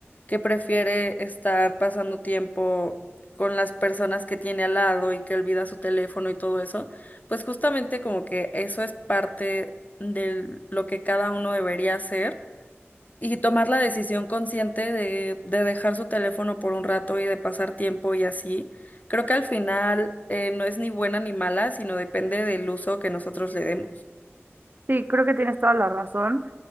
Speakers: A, on the left; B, on the right.
A: que prefiere estar pasando tiempo con las personas que tiene al lado y que olvida su teléfono y todo eso, pues justamente como que eso es parte de lo que cada uno debería hacer y tomar la decisión consciente de, de dejar su teléfono por un rato y de pasar tiempo y así. Creo que al final eh, no es ni buena ni mala, sino depende del uso que nosotros le demos.
B: Sí, creo que tienes toda la razón.